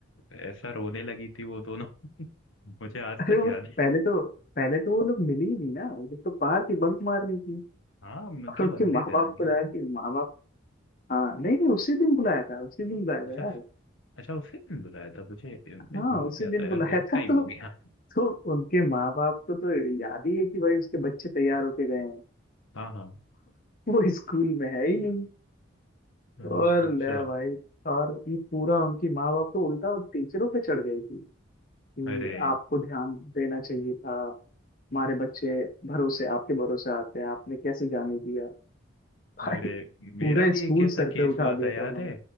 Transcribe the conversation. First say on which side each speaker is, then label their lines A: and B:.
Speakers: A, on the left; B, on the left.
A: ऐसा रोने लगी थी वो दोनों <laughs> मुझे आज
B: अरे
A: तक
B: वो
A: याद है
B: पहले तो पहले तो वो लोग मिली ही नहीं ना वो लोग तो बाहर थी बंक मार रही थी
A: हाँ मतलब
B: और उनके
A: अगले
B: माँ
A: दिन
B: बाप
A: अगले
B: को लाया
A: दिन
B: कि माँ बाप हाँ नहीं नहीं उसी दिन बुलाया था उसी दिन बुलाया था
A: अच्छा
B: यार
A: अच्छा उसी दिन बुलाया था मुझे मैं
B: हाँ
A: भूल
B: उसी
A: गया
B: दिन
A: था यार
B: बुलाया
A: बहुत
B: था
A: टाइम
B: तो
A: हो गया
B: तो उनके माँ बाप को तो याद ही है कि भाई उसके बच्चे तैयार होके गए हैं
A: हाँ हाँ
B: वो स्कूल में है ही नहीं
A: हाँ
B: और
A: अच्छा
B: ले भाई और ये पूरा उनकी माँ बाप तो उल्टा और टीचरों पे चढ़ गई थी कि
A: अरे
B: आपको ध्यान देना चाहिए था हमारे बच्चे भरोसे आपके भरोसे आते हैं आपने कैसे जाने दिया भाई
A: अरे मेरा
B: पूरा
A: भी
B: स्कूल
A: एक ऐसा
B: सर
A: केस
B: पे उठा
A: हुआ
B: दिया
A: था याद
B: था उन्होंने
A: है